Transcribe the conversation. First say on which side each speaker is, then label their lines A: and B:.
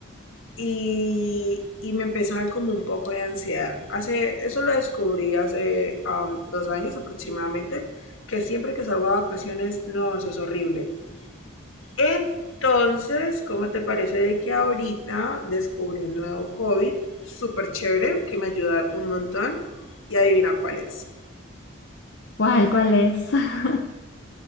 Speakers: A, on the left; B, on the left.
A: y, y me empezó a dar como un poco de ansiedad. Hace, eso lo descubrí hace um, dos años aproximadamente, que siempre que salgo a vacaciones, no, eso es horrible Entonces, ¿cómo te parece de que ahorita descubrí un nuevo hobby súper chévere que me ayuda un montón? Y adivina cuál es.
B: ¿Cuál, cuál es? <laughs>